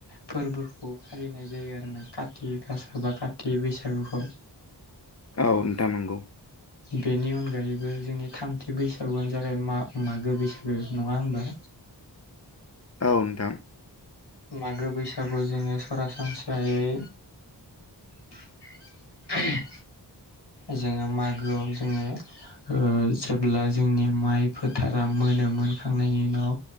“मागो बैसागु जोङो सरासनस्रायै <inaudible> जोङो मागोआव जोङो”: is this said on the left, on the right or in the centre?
Left